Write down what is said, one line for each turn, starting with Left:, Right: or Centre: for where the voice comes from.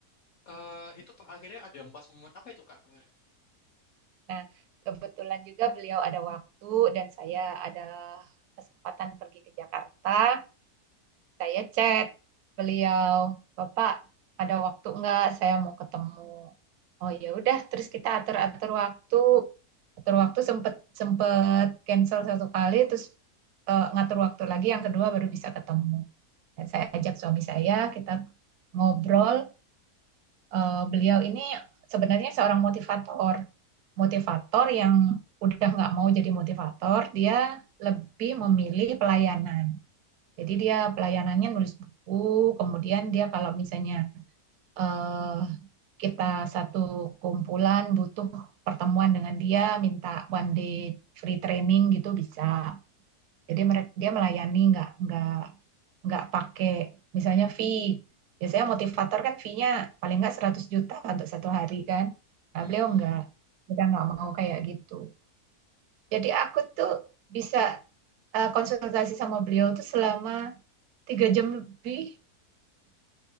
Left: eh, itu Pak, akhirnya ada empat momen apa itu Kak? Hmm,
Right: <laughs> nah, kebetulan juga beliau ada waktu dan saya ada kesempatan pergi ke Jakarta Saya chat beliau, Bapak ada waktu nggak? Saya mau ketemu. Oh ya udah, terus kita atur-atur waktu. Atur waktu sempet sempet cancel satu kali, terus eh, ngatur waktu lagi yang kedua baru bisa ketemu. Dan saya ajak suami saya, kita ngobrol. Eh, beliau ini sebenarnya seorang motivator, motivator yang udah nggak mau jadi motivator, dia lebih memilih pelayanan. Jadi dia pelayanannya nulis buku, kemudian dia kalau misalnya eh, kita satu kumpulan butuh pertemuan dengan dia, minta one day free training gitu bisa. Jadi mereka dia melayani nggak nggak nggak pakai misalnya fee. Biasanya motivator kan fee-nya paling nggak 100 juta untuk satu hari kan. Nah,
Left: hmm.
Right: beliau
Left: hmm.
Right: nggak, kita nggak mau kayak gitu. Jadi aku tuh bisa eh, konsultasi sama beliau tuh selama tiga jam lebih